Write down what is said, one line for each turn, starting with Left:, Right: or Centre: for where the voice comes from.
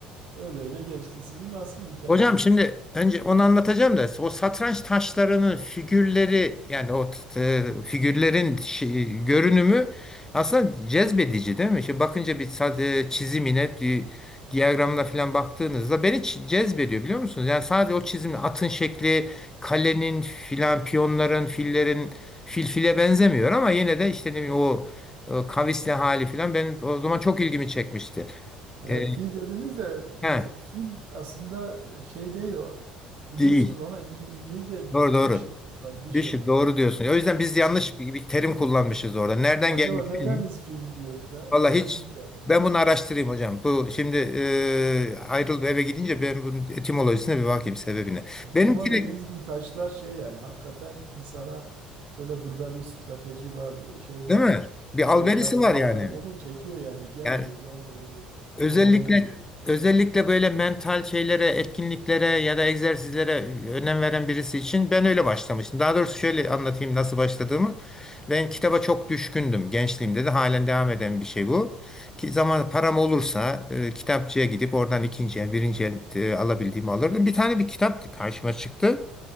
Right: Öyle öyle gelişti. Sizin nasıl hikayeniz?
Left: Hocam şimdi önce onu anlatacağım da o satranç taşlarının figürleri yani o t- e, figürlerin şi- görünümü aslında cezbedici değil mi? Şimdi bakınca bir sa- e, çizimine, di- diyagramına falan baktığınızda beni ç- cezbediyor biliyor musunuz? Yani sadece o çizimle atın şekli, kalenin filan, piyonların, fillerin fil file benzemiyor ama yine de işte ne bileyim o e, kavisli hali filan benim o zaman çok ilgimi çekmişti.
Right: Evet
Left: E,
Right: fil dediniz de
Left: he,
Right: e, fil aslında şey değil o. Biliyorsunuz
Left: değil.
Right: ona İngi- İngilizce
Left: Doğru doğru.
Right: bishop diyorlar bishop.
Left: Bishop doğru diyorsun. O yüzden biz yanlış
Right: Ha.
Left: bir, bir terim kullanmışız orada. Nereden
Right: Acaba
Left: gelmiş
Right: neden
Left: bilmiyorum.
Right: biz fil diyoruz be? O
Left: Valla
Right: da
Left: hiç
Right: ilginç yani.
Left: ben bunu araştırayım hocam. Bu şimdi e, ayrılıp eve gidince ben bunun etimolojisine bir bakayım sebebine.
Right: Evet,
Left: Benimki
Right: ama dediğiniz
Left: de
Right: gibi taşlar şey yani hakikaten insana böyle burada bir strateji var, böyle şey var,
Left: değil mi? Bir
Right: zeka
Left: alberisi
Right: falan
Left: var yani.
Right: var. Onu çekiyor yani gel
Left: Yani
Right: diyor, gel be diyor.
Left: Özellikle
Right: Oyna diyor.
Left: özellikle böyle mental şeylere, etkinliklere ya da egzersizlere önem veren birisi için ben öyle başlamıştım. Daha doğrusu şöyle anlatayım nasıl başladığımı. Ben kitaba çok düşkündüm gençliğimde de halen devam eden bir şey bu. Ki zaman param olursa e, kitapçıya gidip oradan ikinci el, birinci el e, alabildiğimi alırdım. Bir tane bir kitap karşıma çıktı.